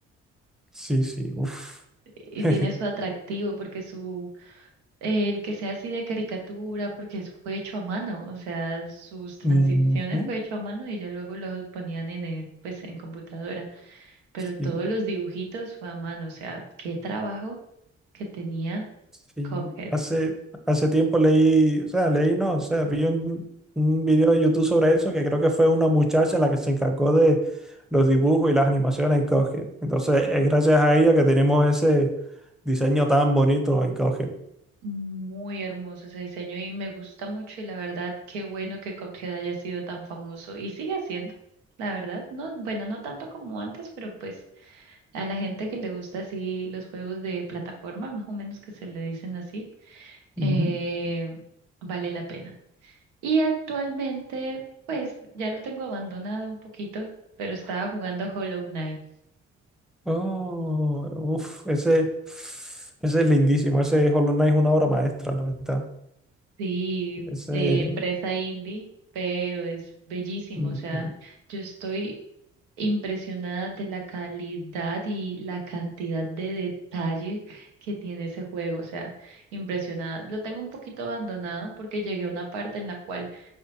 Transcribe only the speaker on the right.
y
tiene su atractivo porque su, el que sea así de caricatura, porque eso fue hecho a mano, o sea, sus transiciones
fue hecho a mano y ya luego lo ponían en, el- pues, en computadora, pero
todos los dibujitos fue a mano, o sea, qué trabajo que tenía
Cuphead.
Muy hermoso ese diseño y me gusta mucho y la verdad, qué bueno que Cuphead haya sido tan famoso y sigue siendo, la verdad, no, bueno, no tanto como antes, pero pues a la gente que le gusta así los juegos de plataforma, más o menos que se le dicen así, eh,
vale la pena. Y actualmente, pues ya lo tengo abandonado un poquito, pero estaba jugando Hollow Knight,
sí,
de empresa indie, pero es bellísimo,
o sea. Yo estoy impresionada de la calidad y la cantidad de detalles que tiene ese juego, o sea, impresionada. Lo tengo un poquito abandonado porque llegué a una parte en la cual